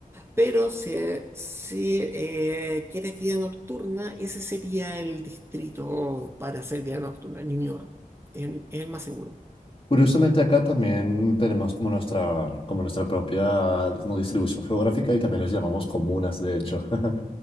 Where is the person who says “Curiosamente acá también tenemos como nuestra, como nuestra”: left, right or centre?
Left